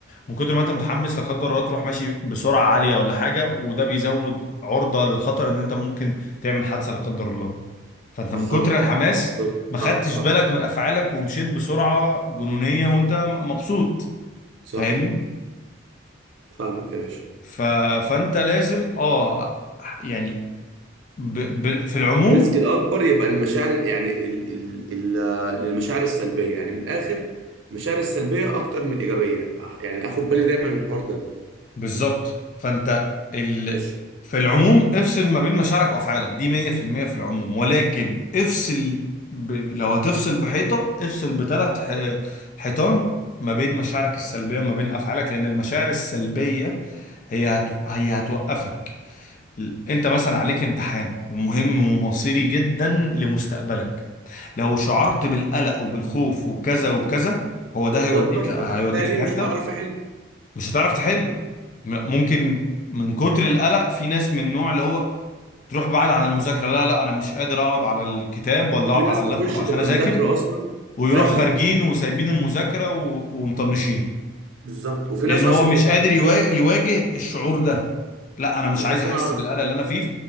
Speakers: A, on the left; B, on the right.
A: من كتر ما انت متحمس لا قدر الله تروح ماشي بسرعة عالية ولا حاجة وده بيزود عرضة للخطر ان انت ممكن تعمل حادثة لا قدر الله فانت
B: بالظبط
A: من كتر الحماس
B: بالظبط
A: ما خدتش
B: صح صح
A: بالك
B: صح
A: من افعالك ومشيت بسرعه جنونيه وانت م- مبسوط
B: صح
A: فاهمني
B: فاهمك يا باشا
A: ف... فانت لازم اه يعني ب... ب... في العموم
B: الريسك الاكبر يبقى المشاعر يعني ال ال ال آه، للمشاعر السلبية يعني من الاخر المشاعر السلبية اكتر من الايجابية أح- يعني اخد بالي دايما من الحوار ده
A: بالظبط فانت ال...
B: ماشي
A: في العموم افصل ما بين مشاعرك وافعالك دي 100% في المية في العموم ولكن افصل ب... لو هتفصل بحيطه افصل بثلاث ح... حيطان ما بين مشاعرك السلبيه وما بين افعالك لان المشاعر السلبيه هي هت... هي هتوقفك انت مثلا عليك امتحان ومهم ومصيري جدا لمستقبلك لو شعرت بالقلق وبالخوف وبكذا وبكذا هو ده
B: هتوتر
A: هيوديك
B: فبالتالي
A: هيوديك في حتة
B: مش هعرف احل
A: مش هتعرف تحل م- ممكن من كتر القلق في ناس من النوع اللي هو تروح بعد عن المذاكرة لا لا انا مش قادر اقعد على الكتاب ولا
B: وفي
A: اقعد
B: ناس
A: على اللابتوب
B: تخش
A: عشان
B: تبقى
A: اذاكر
B: مذاكرة اصلا
A: ويروح
B: فاهمك
A: خارجين وسايبين المذاكرة و- ومطنشين
B: بالظبط وفي
A: لان
B: ناس
A: هو
B: اصلا
A: مش
B: تبقى
A: قادر
B: مذاكرة
A: يوا- يواجه الشعور ده لا انا مش
B: بالظبط
A: عايز احس
B: انا اعرف
A: بالقلق اللي انا فيه